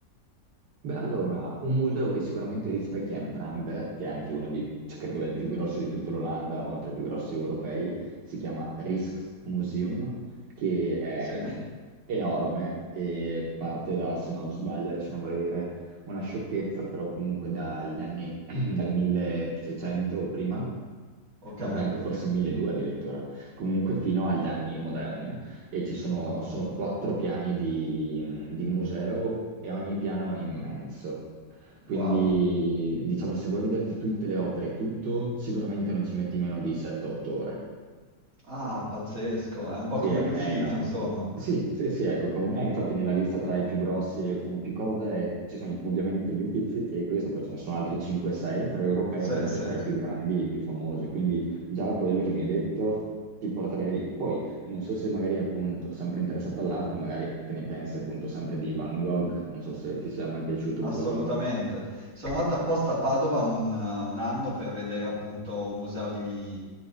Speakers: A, on the right (about 85°); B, on the right (about 50°).
A: Beh, allora, un museo che sicuramente rispecchia entrambe, che è anche uno dei, cioè, credo è il più grosso di tutta l'Olanda, uno tra i più grossi europei, si chiama Rijksmuseum, che è
B: Sì,
A: enorme e parte da, se non sbaglio, adesso non vorrei dire una sciocchezza, però comunque dagli anni, <clears throat> dal 1600 o prima,
B: ok.
A: no, poi anche forse 1200 addirittura, comunque fino agli anni moderni e ci sono,
B: Ah,
A: sono quattro piani di, di museo e ogni piano è immenso.
B: wow.
A: Quindi, diciamo, se vuoi vederti tutte le opere e tutto, sicuramente non ci metti meno di 7-8 ore.
B: Ah, pazzesco, è un po'
A: Sì,
B: come
A: è,
B: gli Uffizi,
A: è enorme.
B: insomma.
A: Sì, sì, sì, ecco, com- è infatti nella lista tra i più grossi e con più cose eh, ci sono ovviamente gli Uffizi e questo, poi ce ne sono altri 5-6, però Europea
B: Sì,
A: appunto
B: sì.
A: è tra i più grandi e i più famosi, quindi già quello che mi hai detto ti porterei lì. Poi non so se magari appunto, sempre interessato all'arte, magari che ne pensi appunto sempre di Van Gogh, non so se ti sia mai piaciuto
B: Assolutamente.
A: un po'.
B: Sono andato apposta a Padova un, un anno per vedere appunto un museo di-